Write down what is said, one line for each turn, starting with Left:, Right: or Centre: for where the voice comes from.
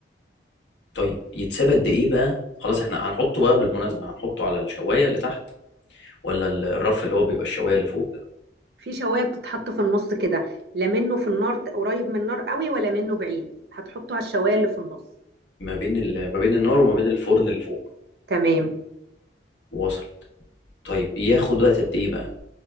Left: طيب يتساب قد ايه بقى خلاص احنا هنحطه بقى بالمناسبه هنحطه على الشوايه اللي تحت ولا ال- الرف اللي هو بيبقى الشوايه اللي فوق ده
Right: في شواية بتتحط في النص كده لا منه في النار قريب من النار قوي ولا منه بعيد هتحطه على الشواية اللي في النص
Left: ما بين ال- ما بين النار وما بين الفرن اللي فوق
Right: تمام
Left: وصل طيب ياخد وقت قد ايه بقى